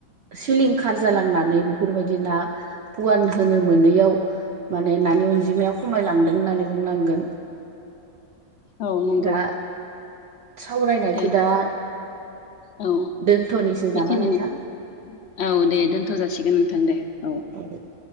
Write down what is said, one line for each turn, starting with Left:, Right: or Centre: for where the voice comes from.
Right: सिलिंखार जालांनानै बेफोरबायदि ना पुवान होनो मोनैयाव माने नानि अनजिमाया खमायलांदों होननानै बुंनांगोन।
Left: औ नंगौ
Right: दा सावरायनायखौ
Left: दे
Right: दा
Left: औ
Right: दोनथनोसै
Left: बेखिनियानो
Right: नामा नोंथां?
Left: औ दे दोनथ जासिगोन नोंथां दे औ।
Right: आरो <inaudible>